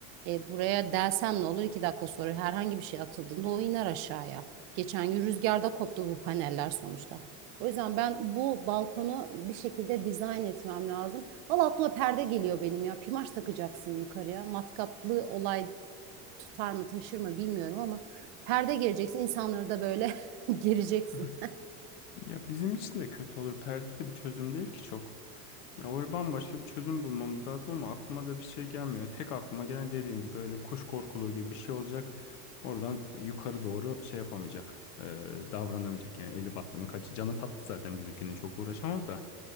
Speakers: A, on the right; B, on the left.
A: E, buraya delsem ne olur? iki dakika sonra herhangi bir şey atıldığında o iner aşağıya. Geçen gün rüzgarda koptu bu paneller sonuçta. O yüzden ben bu balkonu bir şekilde dizayn etmem lazım. Valla aklıma perde geliyor benim ya. Pimaş takacaksın yukarıya. Matkaplı olay tutar mı taşır mı bilmiyorum ama perde geleceksin. İnsanları da böyle <laughs> gireceksin.
B: <laughs> ya bizim için de kötü olur. Perde de bir çözüm değil ki çok. Ya oraya bambaşka bir çözüm bulmamız lazım ama aklıma da bir şey gelmiyor. Tek aklıma gelen dediğim gibi böyle kuş korkuluğu gibi bir şey olacak. Oradan yukarı doğru şey yapamayacak. e, davranamayacak yani eli battı mı kaçı. Canı tatlı zaten bizimkinin çok uğraşamaz da.